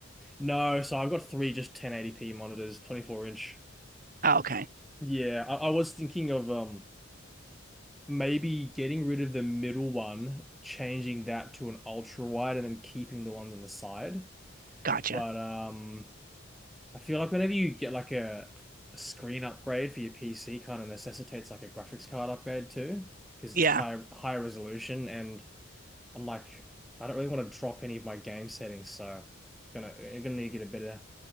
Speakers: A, in the centre; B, on the right.
A: no, so I've got three just 1080p monitors, 24 inch.
B: Oh, okay.
A: Yeah, I, I was thinking of um maybe getting rid of the middle one, changing that to an ultra wide, and then keeping the ones on the side.
B: Gotcha.
A: But um, I feel like whenever you get like a, a screen upgrade for your PC, kind of necessitates like a graphics card upgrade too, because
B: Yeah,
A: it's higher higher resolution and I'm like, I don't really want to drop any of my game settings, so gonna I'm gonna need to get a better